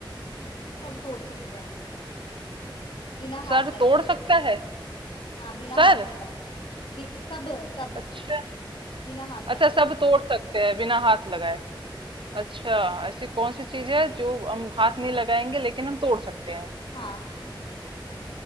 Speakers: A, on the left (about 75°); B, on the right (about 75°).
A: सब तोड़ सकते हैं बिना
B: सर
A: हाथ लगाए
B: तोड़ सकता है
A: हाँ बिना
B: सर
A: हाथ लगाए बि, सब सब
B: अच्छा
A: बिना हाथ लगाए
B: अच्छा सब तोड़ सकते हैं बिना हाथ लगाए
A: हाँ
B: अच्छा ऐसी कौन सी चीज है जो हम हाथ नहीं लगाएंगे लेकिन हम तोड़ सकते हैं
A: हाँ